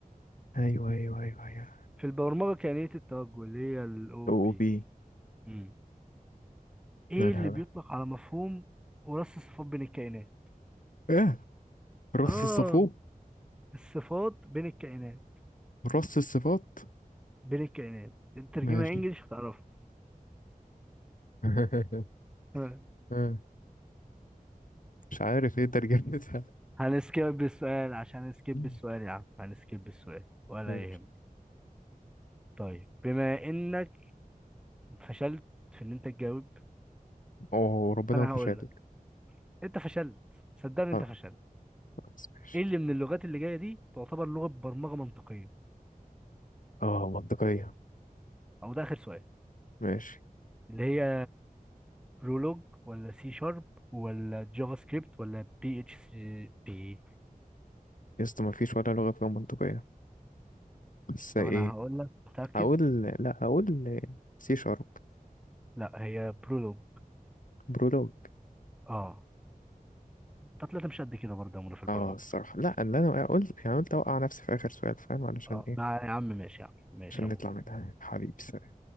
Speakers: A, on the left; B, in the centre.
A: ايوه ايوه ايوه ايوه
B: في البرمجه كائنيه التوجه اللي هي الاو
A: او
B: بي
A: بي
B: امم ايه
A: مالها
B: اللي بيطلق
A: بقى
B: على مفهوم وراث الصفات بين الكائنات
A: ايه رص
B: اه
A: الصفوف
B: الصفات بين الكائنات
A: رص الصفات
B: بين الكائنات انت ترجمها
A: ماشي
B: انجلش هتعرفها
A: <laughs>
B: <laughs> ها.
A: آه، مش عارف ايه ترجمتها
B: هنسكيب السؤال عشان هنسكيب
A: مم.
B: السؤال يا عم هنسكيب السؤال ولا
A: ماشي
B: يهم طيب بما انك فشلت في ان انت تجاوب
A: اوه ربنا
B: فانا
A: ما فشلتك
B: هقول انت فشلت صدقني انت
A: آه،
B: فشلت
A: خلاص ماشي
B: ايه اللي من اللغات اللي جايه دي تعتبر لغه برمجه منطقيه
A: اه منطقية
B: او ده اخر سؤال
A: ماشي
B: اللي هي برولوج ولا سي شارب ولا جافا سكريبت ولا بي اتش سي بي
A: يا اسطى ما فيش ولا لغة فيها منطقية بس
B: طب
A: ايه
B: انا هقول لك متاكد
A: هقول لا هقول سي شارب
B: لا هي برولوج
A: برولوج
B: اه ده طلعت مش قد كده برضه يا عمرو في البرمجه
A: اه الصراحة لا اللي انا قلت يعني قلت اوقع نفسي في اخر سؤال فاهم علشان
B: اه
A: ايه
B: مع- يا عم ماشي يا عم ماشي
A: عشان
B: يا عم
A: نطلع منها حبيبي سلام